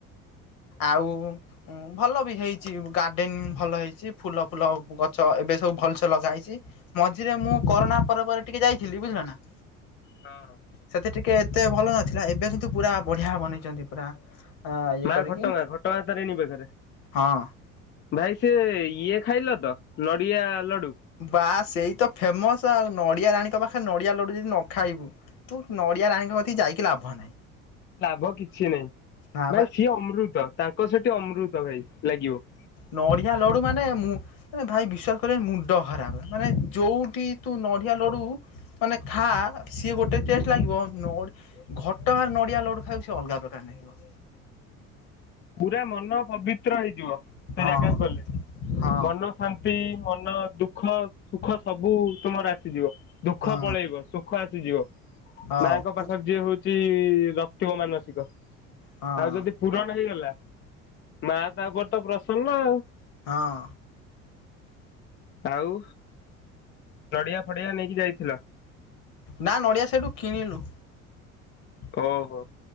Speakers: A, on the left (about 50°); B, on the left (about 25°).
A: ଆଉ-ଉ-ଉ ଉ ଭଲ ବି ହେଇଛି ଗାର୍ଡେନ୍ ଭଲ ହେଇଛି ଫୁଲ ଫୁଲ ଗଛ ଏବେ ସବୁ ଭଲସେ ଲଗା ହେଇଛି। ମଝିରେ ମୁଁ କରୋନା ପରେ ପରେ ଟିକେ ଯାଇଥିଲି ବୁଝିଲ ନା?
B: ହଁ।
A: ସେତେ ଟିକେ ଏତେ ଭଲ ନଥିଲା ଏବେ କିନ୍ତୁ ପୁରା ବଢିଆ ବନେଇଛନ୍ତି ପୁରା ଅ ଇଏ
B: ମା
A: କରିକି
B: ଘଟଗାଁ ଘଟଗାଁ ତାରିଣୀ ପାଖରେ?
A: ହଁ।
B: ଭାଇ ସେ-ଏ-ଏ ଇଏ ଖାଇଲ ତ ନଡ଼ିଆ ଲଡୁ?
A: ବା ସେଇ ତ ଫେମସ ଆଉ ନଡ଼ିଆ ରାଣୀଙ୍କ ପାଖରେ ନଡିଆ ଲଡୁ ଯଦି ନ ଖାଇବୁ ତୁ ନଡ଼ିଆ ରାଣୀ ପାଖେ ଯାଇକି ଲାଭ ନାହିଁ।
B: ଲାଭ କିଛି ନାହିଁ
A: ନା ବା।
B: ଭାଇ ସିଏ ଅମୃତ ତାଙ୍କ ସେଠି ଅମୃତ ଭାଇ ଲାଗିବ।
A: ନଡିଆ ଲଡୁ ମାନେ ମୁଁ ରେ ଭାଇ ବିଶ୍ଵାସ କରିବନି ମୁଣ୍ଡ ଖରାପ ମାନେ ଯୋଉଠି ତୁ ନଡିଆ ଲଡୁ ମାନେ ଖା ସିଏ ଗୋଟେ ଟେଷ୍ଟ ଲାଗିବ ନ ଘଟଗାଁରେ ନଡିଆ ଲଡୁ ଖାଇବ ସେ ଅଲଗା ପ୍ରକାର ଭାଇ।
B: ପୁରା ମନ ପବିତ୍ର ହେଇଯିବ ସେ
A: ହଁ
B: ଜାଗାକୁ ଗଲେ,
A: ହଁ
B: ମନ ଶାନ୍ତି, ମନ ଦୁଃଖ, ସୁଖ ସବୁ ତୁମର ଆସିଯିବ ଦୁଃଖ
A: ହଁ
B: ପଳେଇବ ସୁଖ ଖ ଆସିଯିବ
A: ହଁ
B: ମାଙ୍କ ପାଖରେ ଯିଏ ହଉଛି-ଇ-ଇ-ଇ ରଖିଥିବ ମାନସିକ।
A: ହଁ
B: ଆଉ ଯଦି ପୁରଣ ହେଇଗଲା ମା ତା ଉପରେ ତ ପ୍ରସନ୍ନ।
A: ହଁ।
B: ଆଉ ନଡିଆ ଫଡିଆ ନେଇକି ଯାଇଥିଲ?
A: ନା ନଡ଼ିଆ ସେଇଠୁ କିଣିଲୁ।
B: ଓହୋ।